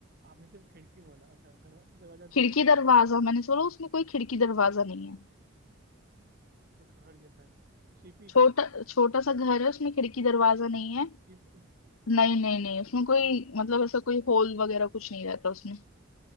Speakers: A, on the right; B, on the left.
A: आपने सिर्फ खिड़की बोला अच्छा दरवा- दरवाजा भी
B: खिड़की
A: नहीं है
B: दरवाजा मैंने बोला उसमें कोई खिड़की दरवाजा नहीं है
A: छोटा घर जैसा है सीपी
B: छोटा छोटा सा घर है उसमें खिड़की दरवाजा नहीं है
A: सीपी
B: नहीं नहीं नहीं उसमें कोई मतलब ऐसा कोई होल वगैरह कुछ नहीं रहता उसमें